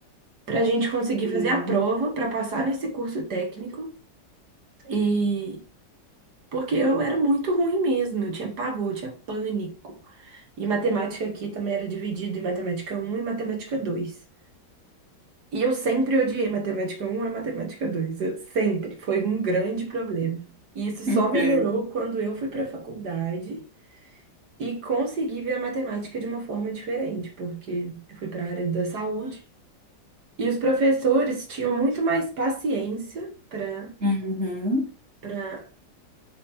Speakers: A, on the right (about 65°); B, on the right (about 35°).
A: para a gente conseguir
B: Sim,
A: fazer a prova para passar nesse curso técnico. E porque eu era muito ruim mesmo, eu tinha pavor, eu tinha pânico. E matemática aqui também era dividido em matemática um e matemática dois E eu sempre odiei matemática um e matemática dois Eu sempre. Foi um grande problema. E isso só
B: Entendo.
A: melhorou quando eu fui para a faculdade e consegui ver a matemática de uma forma diferente, porque eu fui para a área da saúde e os professores tinham muito mais paciência para
B: Uhum,
A: para